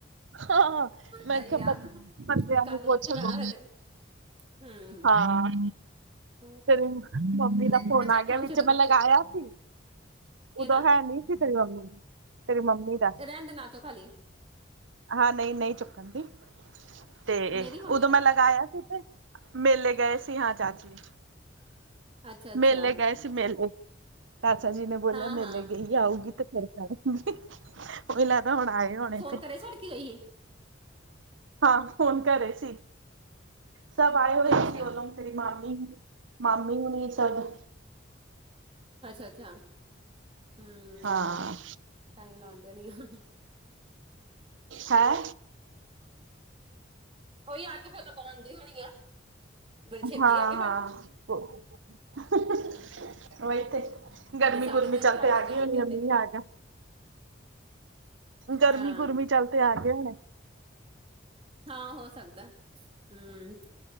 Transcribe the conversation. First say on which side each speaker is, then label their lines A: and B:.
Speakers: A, on the right; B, on the right.
A: ਹਾਂ ਮੈਂ
B: ਸਹੀ
A: ਕਿਹਾ ਬੰਦੇ
B: ਆ
A: ਬੰਦਿਆਂ
B: ਕੱਲ
A: ਨੂੰ ਪੁੱਛ
B: ਪਿੱਛੇ ਪੈਣਾ
A: ਲਓ।
B: ਫੇਰ ਤੇਰੇ ਹੂੰ
A: ਹਾਂ
B: ਉਹ ਤੇ
A: ਤੇਰੇ
B: ਆ
A: ਮੰਮੀ
B: ਨਹੀਂ
A: ਦਾ
B: ਥੋੜਾ
A: ਫੋਨ
B: ਛੱਟਾਂ
A: ਆ ਗਿਆ ਵਿੱਚ
B: ਤਾਂ ਬੱਚੇ
A: ਮੈਂ ਲਗਾਇਆ ਸੀ।
B: ਕਿਹਦਾ
A: ਉਦੋਂ ਹੈ ਨੀ ਸੀ ਤੇਰੀ ਮੰਮੀ ਤੇਰੀ ਮੰਮੀ ਦਾ।
B: ਰਹਿਣ ਦੇ ਨਾ ਚੁੱਕ ਹਾਲੀ।
A: ਹਾਂ, ਨਹੀਂ ਨਹੀਂ ਚੁੱਕਣ ਦੀ ਤੇ
B: ਮੇਰੀ ਮੰਮੀ
A: ਉਦੋਂ
B: ਦਾ
A: ਮੈਂ ਲਗਾਇਆ ਸੀ ਤੇ। ਮੇਲੇ ਗਏ ਸੀ ਹਾਂ ਚਾਚੀ
B: ਅੱਛਾ ਅੱਛਾ
A: ਮੇਲੇ ਗਏ ਸੀ ਮੇਲੇ। ਚਾਚਾ ਜੀ ਨੇ ਬੋਲਿਆ
B: ਹਾਂ
A: ਮੇਲੇ
B: ਹਾਂ
A: ਗਈ ਆਊਗੀ ਤੇ ਫਿਰ ਕਰੂਂਗੀ। ਉਹੀ ਲਗੱਦਾ ਹੁਣ ਆਏ ਹੋਣੇ
B: ਫੋਨ
A: ਉਥੇ।
B: ਕਰੇ ਛੱਡ ਕੇ ਗਈ ਸੀ
A: ਹਾਂ ਫੋਨ ਕਰ ਰਹੇ ਸੀ ਸੱਭ ਆਏ ਹੋਏ
B: ਅੱਛਾ
A: ਸੀ ਓਦੋਂ। ਤੇਰੀ ਮਾਮੀ ਮਾਮੀ ਹੋਣੀ ਸਗੋਂ।
B: ਅੱਛਾ ਅੱਛਾ ਹਮ
A: ਹਾਂ
B: ਟਾਇਮ ਲਾਉਣ ਡਈ ਆ ਹਮ।
A: ਹੈ
B: ਉਹੀ ਆ ਕੇ ਫਿਰ ਲਗਾਉਣ ਦੀ ਹੋਣੀ ਆ ਬੜੀ ਛੇਤੀ
A: ਹਾਂ
B: ਆ ਗਏ ਫਿਰ।
A: ਹਾਂ ਤੇ <unintelligible> ਗਰਮੀਂ
B: ਅੱਗੇ ਸਾਢੇ
A: ਗੁਰਮੀਂ
B: ਤਿੰਨ
A: ਚੱਲ
B: ਚਾਰ
A: ਤੇ ਆ
B: ਵਜੇ
A: ਗਈ
B: ਆਉਂਦੇ
A: ਹੋਣੀ
B: ਹੁੰਦੇ
A: ਆ ਮੀਂਹ ਆ ਗਿਆ। ਗਰਮੀਂ
B: ਹਾਂ
A: ਗੁਰਮੀਂ ਚੱਲ ਤੇ ਆ ਗਏ ਹੁਣੇ
B: ਹਾਂ ਹੋ ਸਕਦਾ ਹਮ